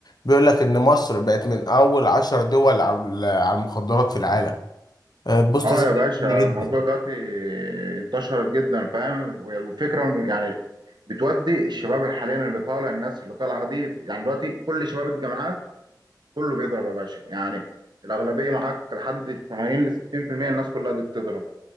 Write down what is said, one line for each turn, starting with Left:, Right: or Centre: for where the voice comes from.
Left: بيقول لك ان مصر بقت من اول عشر دول على على المخدرات في العالم آه بوست
Right: اه
Left: زي
Right: يا باشا
Left: ده جنني جدا
Right: الموضوع دلوقتي انتشر جدا فاهم والفكره إنه يعني بتودي الشباب حاليا اللي طالع الناس اللي طالعه دي يعني دلوقتي كل شباب الجامعات كله بيضرب يا باشا يعني الاغلبيه معاك لحد 80 ل 60% الناس كلها دي بتضرب